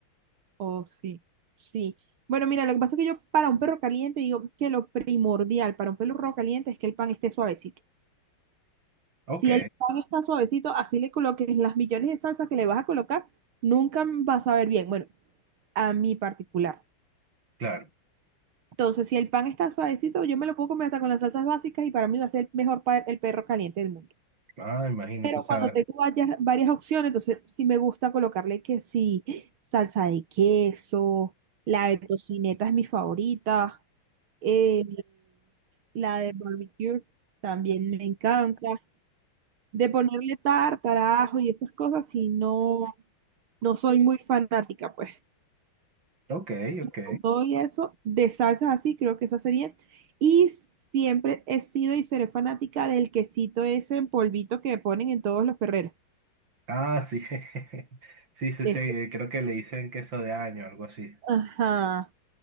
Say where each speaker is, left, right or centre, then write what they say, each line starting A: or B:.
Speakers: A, on the right (about 85°); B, on the right (about 65°).
A: Oh, sí, sí. Bueno, mira, lo que pasa es que yo para un perro caliente digo que lo primordial para un perro caliente es que el pan esté suavecito. Si
B: Ok,
A: el pan está suavecito, así le coloques las millones de salsa que le vas a colocar, nunca vas a ver bien. Bueno, a mi particular.
B: claro.
A: Entonces, si el pan está suavecito, yo me lo puedo comer hasta con las salsas básicas y para mí va a ser el mejor pa- el perro caliente del mundo.
B: Ah, imagínate,
A: Pero
B: o sea,
A: cuando tengo varias, varias opciones, entonces sí me gusta colocarle que sí, salsa de queso, la de tocineta es mi favorita, eh, la de barbecue también me encanta. de ponerle tartarajo y estas cosas, si no, no soy muy fanática, pues.
B: ok, ok.
A: Con todo y eso, de salsas así, creo que esa sería. Y siempre he sido y seré fanática del quesito ese en polvito que ponen en todos los perreros.
B: Ah, sí. <laughs> Sí, sí,
A: Ese.
B: sí. eh, Creo que le dicen queso de año, algo así.
A: Ajá.